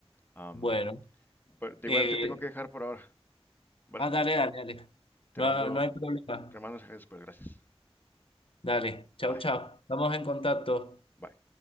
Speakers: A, on the left; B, on the left.
A: Am,
B: bueno.
A: pero de
B: Eh,
A: igual te tengo que dejar por ahora, ¿vale?
B: ah, dale, dale, dale.
A: Te
B: No,
A: mando,
B: no hay problema.
A: te mando mensajes después, gracias.
B: Dale, chao,
A: Bye,
B: chao. Estamos en contacto.
A: bye.